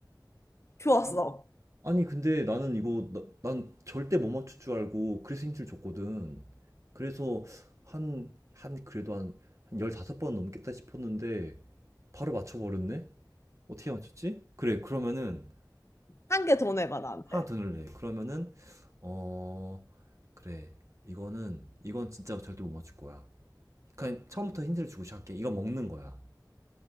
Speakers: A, on the left; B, on the right.
A: 좋았어.
B: 아니, 근데 나는 이거, 나, 난 절대 못 맞출 줄 알고 그래서 힌트를 줬거든. 그래서 한, 한, 그래도 한, 한 15번 넘겠다 싶었는데 바로 맞춰버렸네? 어떻게 맞췄지? 그래, 그러면은
A: 한 개 더 내봐, 나한테.
B: 하나 더 넣을래. 그러면은 어 그래 이거는 이건 진짜 절대 못 맞출 거야. 그냥 처음부터 힌트를 주고 시작할게. 이거 먹는 거야.